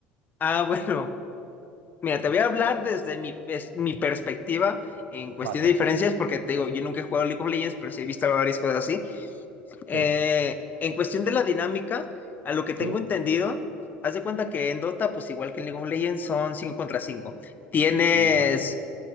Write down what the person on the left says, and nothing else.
Ah, bueno, mira, te voy a hablar desde mi, es- mi perspectiva en cuestión
de diferencias, porque te digo, yo nunca he jugado League of Legends, pero sí he visto varias cosas así. Eh,
en cuestión de la dinámica, a lo que tengo
entendido, haz de cuenta que en Dota, pues igual que en League of Legends, son 5 contra 5. Tienes